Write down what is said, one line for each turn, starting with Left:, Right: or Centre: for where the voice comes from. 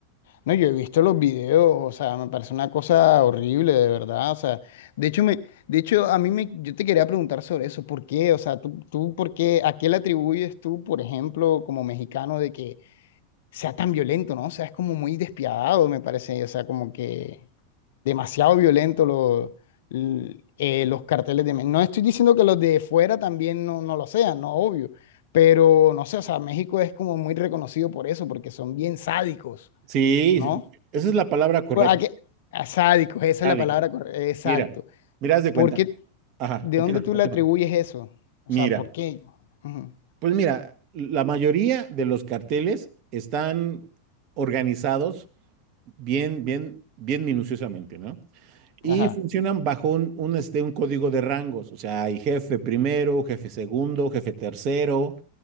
Left: No, yo he visto los videos, o sea, me parece una cosa horrible, de verdad. O sea, de hecho, me, de hecho, a mí me, yo te quería preguntar sobre eso, ¿por qué? O sea, tú, tú, ¿por qué? ¿A qué le atribuyes tú, por ejemplo, como mexicano, de que sea tan violento, ¿no? O sea, es como muy despiadado, me parece. O sea, como que demasiado violento lo- l- eh, los carteles de... Me- No estoy diciendo que los de fuera también no, no lo sean, no, obvio. Pero, no sé, o sea, México es como muy reconocido por eso, porque son bien sádicos,
Right: sí,
Left: ¿no?
Right: sí, esa es la palabra correcta,
Left: Pues, ¿a qué? A sádicos, esa
Right: sádico.
Left: es la palabra correcta. Exacto.
Right: Mira, mira, haz de cuenta.
Left: ¿Por qué?
Right: Ajá,
Left: ¿De
Right: continúa,
Left: dónde tú
Right: continúa.
Left: le atribuyes eso? O
Right: Mira,
Left: sea, ¿por qué? Ujú.
Right: pues mira, la mayoría de los carteles están organizados bien, bien, bien minuciosamente, ¿no? Y
Left: Ajá.
Right: funcionan bajo un, un, este, un código de rangos, o sea, hay jefe primero, jefe segundo, jefe tercero,